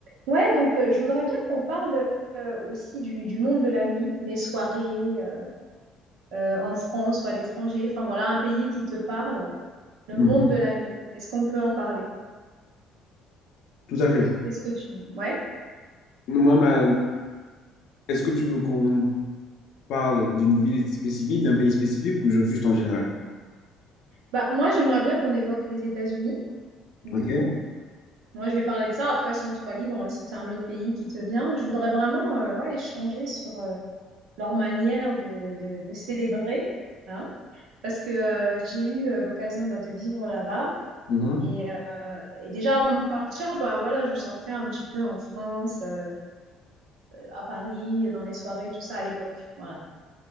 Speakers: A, on the right (about 80°); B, on the left (about 65°).
A: Ouais, donc euh, je voudrais bien qu'on parle euh, aussi du, du monde de la nuit, les soirées euh, euh, en France ou à l'étranger. Enfin voilà, un pays qui te parle, le
B: Mhm.
A: monde de la nuit. Est-ce qu'on peut en parler?
B: Tout à fait.
A: Qu'est-ce que tu... Ouais.
B: Moi, ma... est-ce que tu veux qu'on parle d'une ville spécifique, d'un pays spécifique ou ju- juste en général?
A: Bah moi j'aimerais bien qu'on évoque les États-Unis, du
B: Ok.
A: coup. Moi je vais parler de ça. Après, sans toi libre, si t'as un autre pays qui te vient, je voudrais vraiment euh, ouais, échanger sur euh, leur manière de, de, de célébrer. hein. Parce que euh, j'ai eu euh, l'occasion bah, de vivre là-bas.
B: Mhm.
A: Et, euh, et déjà avant de partir, bah voilà, je sortais un petit peu en France, euh, à Paris, dans les soirées, tout ça à l'époque. Voilà.